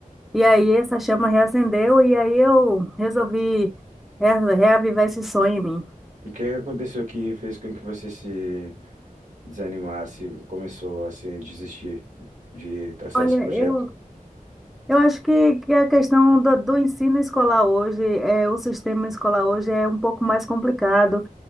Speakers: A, in the centre; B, on the right.
A: e aí essa chama reacendeu, e aí eu resolvi re- reavivar esse sonho em mim.
B: E O que aconteceu que fez com que você se desanimasse, começou, assim, a desistir de traçar
A: Olha,
B: esse projeto?
A: eu, eu acho que, que a questão do, do ensino escolar hoje, é, o sistema escolar hoje é um pouco mais complicado,